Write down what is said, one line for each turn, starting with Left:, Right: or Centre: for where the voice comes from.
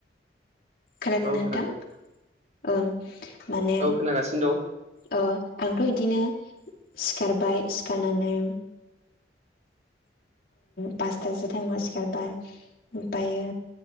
Left: खोनादोंना
Right: औ
Left: नोंथां
Right: खोनादों
Left: औ माने
Right: औ खोनागासिनो दं
Left: अ आंथ' इदिनो सिखारबाय सिखारनानै पासथासो टाइमाव सिखारबाय ओमफायो